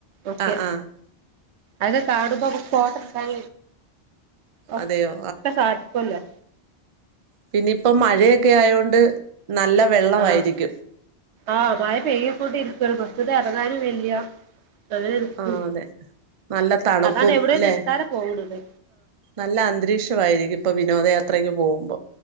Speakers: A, on the right; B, on the right.
A: ഒക്കെ
B: ആഹ് ആഹ്
A: അത് താണുബ മുക്ക് ഫോട്ടോ എടുക്കാൻ ഒ
B: അതെയോ
A: ക്കെ സാധിക്കൊല്ലോ
B: പിന്നിപ്പോ മഴക്കെ ആയോണ്ട് നല്ല വെള്ളവായിരിക്കും
A: ആഹ് ആഹ് മഴ പെയ്യു കൊണ്ട് ഇരിക്കാണ് പോർത്ത്ക്ക് എറങ്ങാനും വയ്യ അങ്ങനെ നിക്കും
B: ആഹ് അതെ നല്ല തണുപ്പും
A: അതാണ്ട് എവിടെയും
B: ല്ലേ
A: നിർത്താതെ പോണത്
B: നല്ല അന്തരീക്ഷവായിരിക്കും ഇപ്പൊ വിനോദയാത്രയ്ക്കെ പോവുമ്പോ